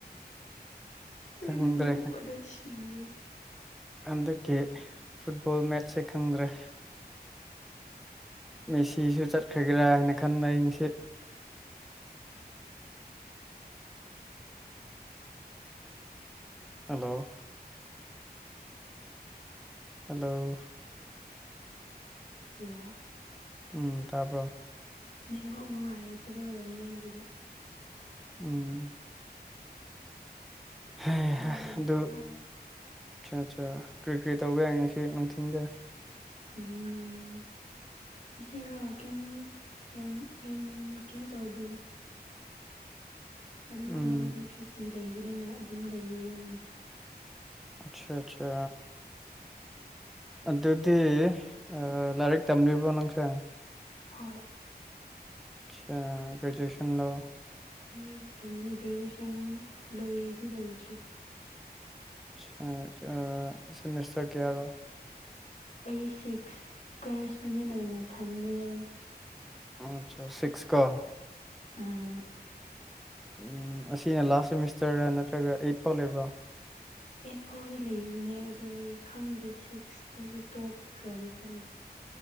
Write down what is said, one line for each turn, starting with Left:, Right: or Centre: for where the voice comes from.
Left: ꯑꯩꯗꯣ
Centre: ꯈꯪꯗ꯭ꯔꯦ
Left: ꯅꯣꯛꯄꯗ ꯁꯤꯔꯦ
Centre: ꯍꯟꯗꯛꯀꯤ ꯐꯨꯠꯕꯣꯜ ꯃꯦꯠꯆꯁꯦ ꯈꯪꯗ꯭ꯔꯦ ꯃꯦꯁꯤꯁꯨ ꯆꯠꯈ꯭ꯔꯒꯦꯔꯥ ꯍꯥꯏꯅ ꯈꯟꯕ ꯑꯩꯪꯁꯦ ꯍꯜꯂꯣ ꯍꯜꯂꯣ
Left: ꯂꯥꯎ
Centre: ꯎꯝ ꯇꯥꯕ꯭ꯔꯣ
Left: ꯅꯦꯠꯋꯥꯔꯛ ꯅꯨꯡꯉꯥꯏꯇꯕ ꯑꯣꯏꯔꯝꯅꯤ ꯑꯩꯒꯤꯗꯣ
Centre: ꯎꯝ ꯍꯩꯍꯥ
Left: ꯇꯥꯏ
Centre: ꯑꯗꯨ
Left: ꯇꯥꯏ
Centre: ꯑꯆꯥ ꯑꯆꯥ ꯀ꯭ꯔꯤ ꯀ꯭ꯔꯤ ꯇꯧꯕ ꯌꯥꯏ ꯉꯁꯤ ꯅꯨꯡꯊꯤꯟꯗ
Left: ꯎꯝ ꯉꯁꯤꯔꯣ ꯀ꯭ꯌꯝ ꯌꯥꯝ ꯌꯥꯝ ꯀ꯭ꯌꯝ ꯇꯧꯗꯦꯗ ꯑꯗꯨꯝ
Centre: ꯎꯝ
Left: ꯍꯟꯗꯛꯗꯤ ꯁꯨꯇꯤ ꯂꯩꯕꯅꯤꯅ ꯑꯗꯨꯝ ꯂꯩꯌꯦ ꯌꯨꯝꯗ
Centre: ꯑꯠꯁꯥ ꯑꯠꯁꯥ ꯑꯗꯨꯗꯤ ꯑ ꯂꯥꯏꯔꯤꯛ ꯇꯝꯔꯤꯕ꯭ꯔꯣ ꯅꯪꯁꯦ
Left: ꯍꯣꯏ
Centre: ꯆꯥ ꯒ꯭ꯔꯦꯖꯨꯋꯦꯁꯟ ꯂꯣ
Left: ꯂꯥꯏꯔꯤꯛ ꯇꯝꯃꯤ ꯒ꯭ꯔꯦꯖꯨꯋꯦꯁꯟ ꯂꯣꯏꯗꯤ ꯂꯣꯏꯗ꯭ꯔꯤ
Centre: <unintelligible> ꯁꯤꯃꯤꯁꯇꯔ ꯀꯌꯥꯔꯣ
Left: ꯑꯩ ꯁꯤꯛꯁ ꯀꯔꯦꯁꯄꯣꯟꯗꯦꯟꯠ ꯑꯣꯏꯅ ꯊꯝꯃꯦ ꯑꯩ
Centre: ꯑꯆꯥ ꯁꯤꯛꯁ ꯀꯣ
Left: ꯎꯝ
Centre: ꯎꯝ ꯑꯁꯤꯅ ꯂꯥꯁ ꯁꯦꯃꯤꯁꯇꯔꯔ ꯅꯠꯇ꯭ꯔꯒ ꯑꯩꯠ ꯐꯥꯎ ꯂꯩꯕ꯭ꯔꯥ
Left: ꯑꯩꯠ ꯐꯥꯎꯗꯤ ꯂꯩꯕꯅꯦ ꯑꯗꯣ ꯑꯩ ꯈꯪꯗꯦ ꯁꯤꯛꯁꯇꯒꯤ ꯇꯣꯛꯈ꯭ꯔꯒꯦ ꯈꯜꯂꯦ